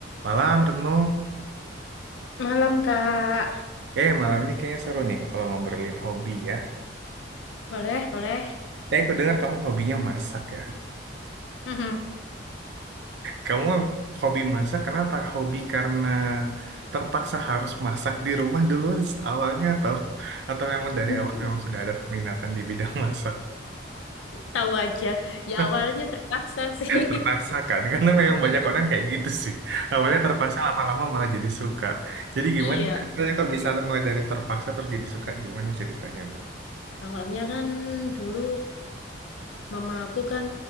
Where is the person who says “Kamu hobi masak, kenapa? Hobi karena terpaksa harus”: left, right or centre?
Right